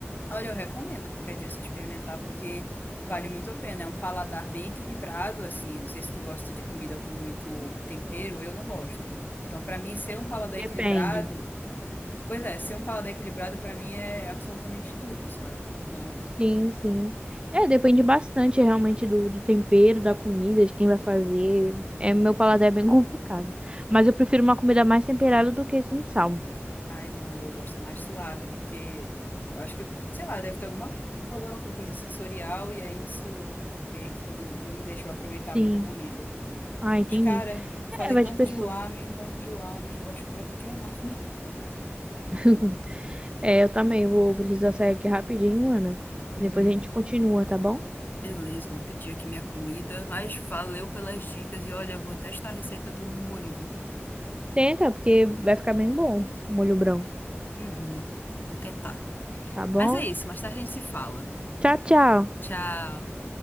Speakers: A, on the left; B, on the right.
A: Olha, eu recomendo qualquer dia você experimentar, porque vale muito a pena. É um paladar bem equilibrado, assim. Não sei se tu gosta de comida com muito tempero, eu não gosto. Então, pra mim, ser um paladar
B: Depende.
A: equilibrado, pois é, ser um paladar equilibrado pra mim é absolutamente tudo, sabe? Então
B: Sim, sim. É, depende bastante realmente do, do tempero, da comida, de quem vai fazer. É, meu paladar é bem <laughs> complicado. Mas eu prefiro uma comida mais temperada do que sem sal.
A: Ai, não, eu gosto mais suave, porque eu acho que, sei lá, deve ter alguma, um problema com coisa sensorial, e aí isso meio que não me deixou aproveitar
B: Sim.
A: muita comida.
B: Ah, entendi.
A: Mas, cara, falei
B: É, vai
A: tanto
B: de pessoa.
A: de lame, tanto de lame, eu acho que eu vou pedir um lame.
B: <laughs> É, eu também vou precisar sair aqui rapidinho, Ana.
A: Uhum.
B: Depois a gente continua, tá bom?
A: Beleza, eu vou pedir aqui minha comida, mas valeu pelas dicas e olha, eu vou testar a receita do molho, viu?
B: Tenta, porque vai ficar bem bom, molho branco,
A: Uhum. Vou tentar.
B: tá bom?
A: Mas é isso, mais tarde a gente se fala.
B: Tchau, tchau.
A: Tchau.